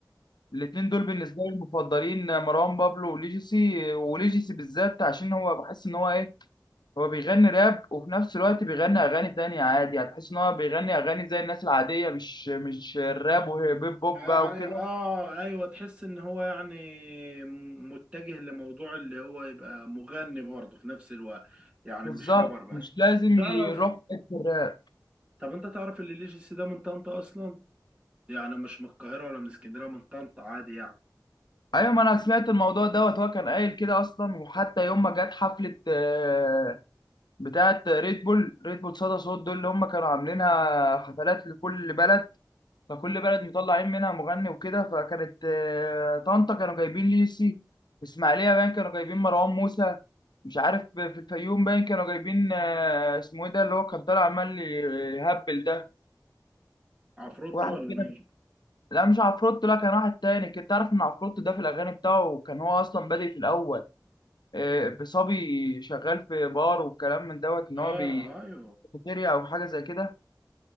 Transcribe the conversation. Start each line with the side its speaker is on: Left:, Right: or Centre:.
Left: الاتنين دول بالنسبه لي المفضلين مروان بابلو وليجيسي وليجيسي بالذات عشان هو بحس ان هو ايه هو بيغني راب وفي نفس الوقت بيغني اغاني تانية عادي هتحس ان هو بيغني اغاني زي الناس العاديه مش مش الراب وهيب هوب
Right: يعني
Left: بقى وكده
Right: اه ايوه تحس ان هو يعني م- متجه لموضوع اللي هو يبقى مغني برضه في نفس الوقت يعني
Left: بالظبط
Right: مش رابر
Left: مش
Right: بس
Left: لازم
Right: تعرف
Left: يروح في حته الراب
Right: طب انت تعرف اللي ليجيسي ده من طنطا اصلا يعني مش من القاهره ولا من اسكندريه من طنطا عادي يعني
Left: ايوه ما انا سمعت الموضوع دوت هو كان قايل كده اصلا وحتى يوم ما جت حفله آه، بتاعه ريد بول ريد بول صدى صوت دول اللي هم كانوا عاملينها حفلات لكل بلد فكل بلد مطلعين منها مغني وكده فكانت آه، طنطا كانوا جايبين ليسي اسماعيليه باين كانوا جايبين مروان موسى مش عارف في الفيوم باين كانوا جايبين آه، اسمه ايه ده اللي هو كان طالع عمال يهبل ده
Right: عفروتو
Left: واحد
Right: ولا
Left: كده
Right: مين
Left: لا مش عفروت لا كان واحد تاني كنت تعرف ان عفروت ده في الاغاني بتاعه كان هو اصلا بادئ في الاول آه، بصبي شغال في بار والكلام من دوت ان
Right: اه
Left: هو بي-
Right: ايوه
Left: كافيتيريا او حاجه زي كده